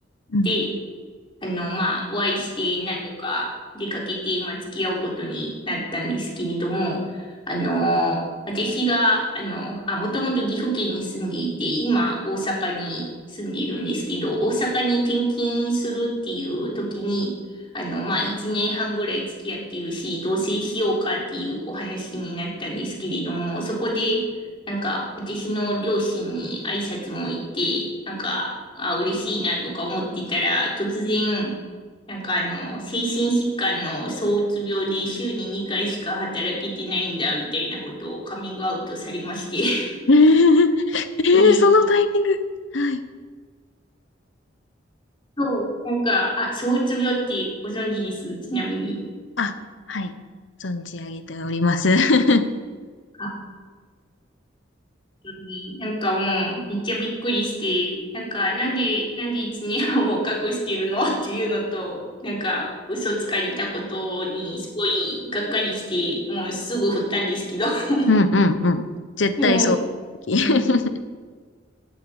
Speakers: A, on the left; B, on the left.
A: うん。
B: で、あの、まあ、お会いして、なんとか出かけて、まあ、付き合うことになったんですけれども、あの、私が、あの、あ、もともと岐阜県に住んでいて、今、大阪に住んでいるんですけど、大阪に転勤するっていう時に、あの、まあ、一年半ぐらい付き合っているし、同棲しようかっていうお話になったんですけれども、そこで、なんか、私の両親に挨拶も行って、なんか、あ、嬉しいなとか思ってたら、突然、なんかあの、精神疾患の躁うつ病で週に2回しか働けてないんだ、みたいなことをカミングアウトされまして。<laughs>
A: <laughs> えー、えーそのタイミング。
B: で、
A: はい。
B: そう、なんか、あ、躁うつ病ってご存知です、ちなみに。
A: あ、はい。存じ上げております。<laughs>
B: あになんかもう、めっちゃびっくりして、なんか、なんで、なんで一年半を隠してるのっていうのと、なんか、嘘つかれたことに、すごい、がっかりして、もうすぐ振ったんですけど、<laughs>
A: うんうんうん。絶対そう。
B: も
A: <laughs>
B: う、